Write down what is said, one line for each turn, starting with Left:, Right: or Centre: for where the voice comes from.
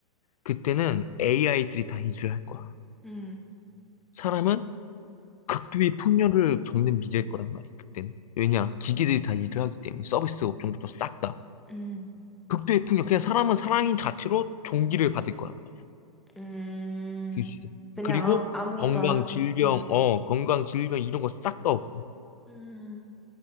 Left: 그때는 AI들이 다 일을 할 거야.
Centre: 응.
Left: 사람은 극도의 풍요를 겪는 미래일 거란 말이야, 그때는. 왜냐?
Centre: 음,
Left: 기계들이 다 일을 하기 때문에 서비스 업종부터 싹 다.
Centre: 음,
Left: 극도의 풍요. 그냥 사람은 사람인 자체로 종기를 받을 거란 말이야.
Centre: 음,
Left: 그 시세.
Centre: 그냥
Left: 그리고
Centre: 아무, 아무것도
Left: 건강
Centre: 안, 한-
Left: 질병,
Centre: 음,
Left: 어, 건강 질병 이런 거 싹 다 없고.
Centre: 음,